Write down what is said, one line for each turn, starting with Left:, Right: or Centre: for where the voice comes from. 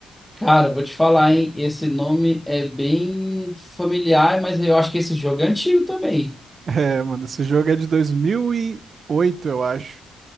Centre: Cara, vou te falar, hein? Esse nome é bem familiar, mas eu acho que esse jogo é antigo também.
Right: É, mano, esse jogo é de dois mil e oito, eu acho.